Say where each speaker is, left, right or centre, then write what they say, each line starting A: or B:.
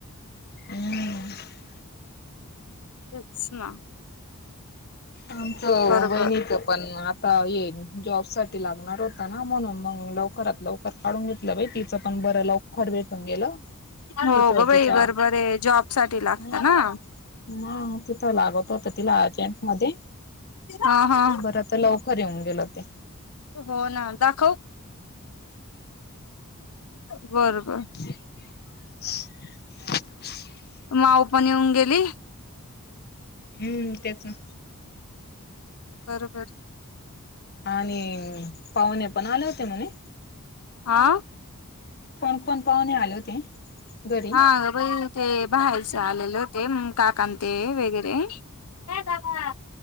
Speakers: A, on the left; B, on the left.
A: हम् <unintelligible>
B: तेच ना
A: आमच ते
B: बरोबर
A: बहिणीच <inaudible> पण आता हे जॉब साठी लागणार होता ना म्हणून मग लवकरात लवकर तर काढून घेतलं बाई तिचं पण बर लवकर भेटून गेलं.
B: हो
A: तिथं
B: गं
A: तिच्या
B: बाई बरोबर आहे जॉब साठी लागत
A: ह
B: ना.
A: मग तिथं लागत होत तिला अर्जट मध्ये
B: अ ह <unintelligible>
A: खर तर लवकर येऊन गेलं ते
B: हो ना दाखवू बरोबर <inaudible>
A: <unintelligible>
B: माऊ पण येऊन गेली.
A: हम्म तेच ना
B: बरोबर
A: आणि पाहुणे पण आले होते म्हणे.
B: आ..
A: कोण कोण पाहुणे आले होते घरी
B: हा ग बाई ते बाहेरच आलेले होते मग काका न ते वगैरे ये दादा..